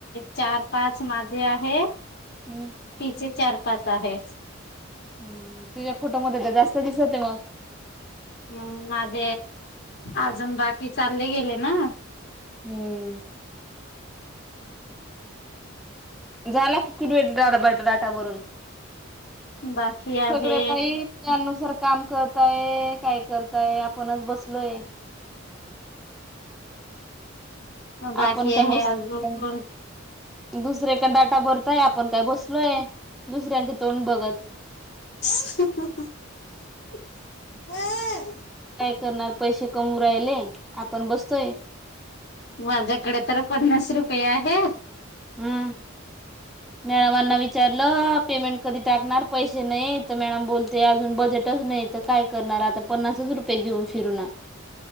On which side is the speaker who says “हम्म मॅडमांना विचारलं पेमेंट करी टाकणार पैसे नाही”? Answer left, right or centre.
Centre